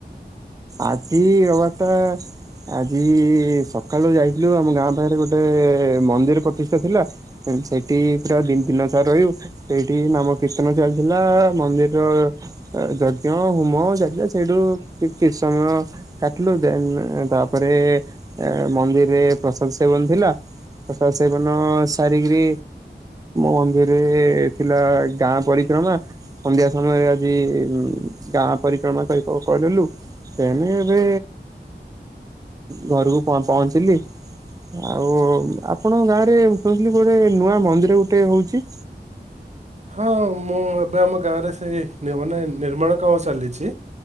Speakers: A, on the right; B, on the right.
A: ଆଜି ରବିବାରଟା। ଆଜି ସକାଳୁ ଯାଇଥିଲୁ ଆମ ଗାଁ ପାଖରେ ଗୋଟେ ମନ୍ଦିର ପ୍ରତିଷ୍ଠା ଥିଲା। ସେଇଠି ପୁରା ଦ ଦିନ ସାରା ରହିବ ସେଇଠି ନାମକୀର୍ତ୍ତନ ଚାଲିଥିଲା ମନ୍ଦିରର ଯଜ୍ଞ ହୋମ ଚାଲିଥିଲା ସେଇଠୁ - କିଛି ସମୟ କାଟିଲୁ ଦେନ ତା ପରେ ମନ୍ଦିରରେ ପ୍ରସାଦ ସେବନ ଥିଲା। ପ୍ରସାଦ ସେବନ ସାରିକି ମନ୍ଦିରରେ ଥିଲା ଗାଁ ପରିକ୍ରମା। ସନ୍ଧ୍ୟା ସମୟରେ ଆଜି ଗାଁ ପରିକ୍ରମା କରିଲୁ। ଏଣେ ଏବେ ଘରକୁ ପହଞ୍ଚିଲି। ଆଉ ଆପଣଙ୍କ ଗାଁରେ ଶୁଣିଲି ଗୋଟେ ନୂଆ ମନ୍ଦିର ଗୋଟେ ହଉଛି।
B: ହଁ ମୁଁ ଏବେ ଆମ ଗାଁରେ ସେଇ ମାନେ ନିର୍ମାଣ କାମ ଚାଲିଛି।